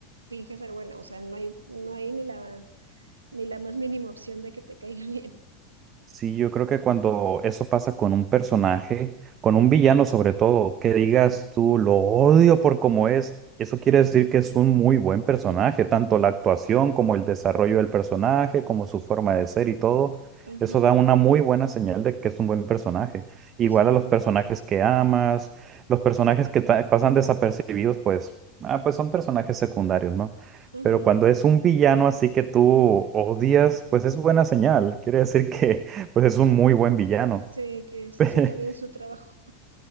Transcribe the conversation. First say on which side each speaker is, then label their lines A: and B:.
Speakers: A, on the right (about 90°); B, on the right (about 35°).
A: finge ser buena, o sea, no hay, no hay ni la, ni la más mínima opción de que te caiga <laughs> bien.
B: Sí, yo creo que cuando eso pasa con un personaje, con un villano sobre todo, que digas tú lo odio por cómo es, eso quiere decir que es un muy buen personaje, tanto la actuación como el desarrollo del personaje, como su forma de ser y todo,
A: Ujú,
B: eso da una muy buena señal de que es un buen personaje. Igual
A: Sí,
B: a los personajes que amas, los personajes que ta- pasan desapercibidos, pues, ah, pues son personajes secundarios, ¿no?
A: ujú,
B: Pero cuando es un villano así que tú odias, pues es buena señal. Quiere decir que pues es un muy buen villano.
A: Sí, que está haciendo
B: <laughs>
A: bien su trabajo.